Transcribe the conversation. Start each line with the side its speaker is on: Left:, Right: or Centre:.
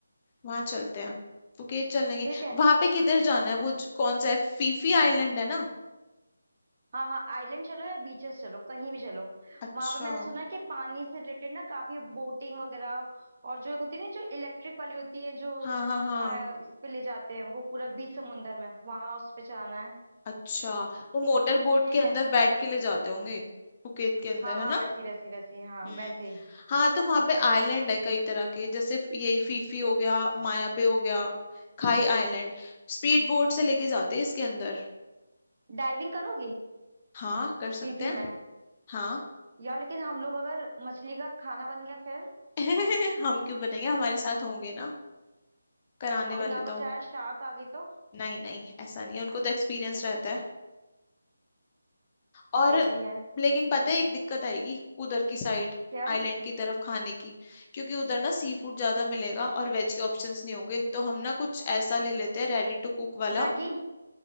Left: वहां चलते हैं फुकेत चल लेंगे
Right: ठीक है
Left: वहां पे किधर जाना है वो ज- कौन सा है फीफी आइलैंड है ना
Right: हाँ हाँ आइलैंड चलो या बीचेस चलो कहीं भी चलो
Left: अच्छा
Right: वहां पर मैंने सुना है कि पानी से रिलेटेड ना काफी बोटिंग वगैरह और जो एक होती है ना जो इलेक्ट्रिक वाली होती है जो
Left: हाँ हाँ हाँ
Right: आ, इस पे ले जाते हैं वो पूरा बीच समुंदर में वहां उस पे चलाना है
Left: अच्छा वो मोटर बोट
Right: ठीक
Left: के अंदर
Right: है
Left: बैठ के ले जाते होंगे बुकेत के अंदर
Right: हाँ
Left: है
Right: हाँ
Left: ना
Right: वैसी वैसी वैसी हाँ
Left: हम्म
Right: वैसे
Left: हाँ तो वहां पे आइलैंड है कई तरह के जैसे फ- यही फीफी हो गया मायाबे हो गया खाई आइलैंड स्पीड बोट से लेके जाते हैं इसके अंदर
Right: डाइविंग करोगी
Left: हाँ कर सकते
Right: फीफी
Left: हैं
Right: में
Left: हाँ
Right: यार लेकिन हम लोग अगर मछली का खाना बन गया फिर
Left: <laughs> हम क्यों बनेंगे हमारे साथ होंगे ना कराने
Right: और
Left: वाले
Right: अगर ना बचाया
Left: तो
Right: शार्क आ गई तो
Left: नहीं नहीं ऐसा नहीं है उनको तो एक्सपीरियंस रहता है और
Right: ये भी है
Left: लेकिन पता है एक दिक्कत आएगी उधर की साइड
Right: क्या
Left: आइलैंड की तरफ खाने की क्योंकि उधर ना सी फूड ज्यादा मिलेगा और वेज के ऑप्शंस नहीं होंगे तो हम ना कुछ ऐसा ले लेते हैं रेडी टू कुक वाला
Right: मैगी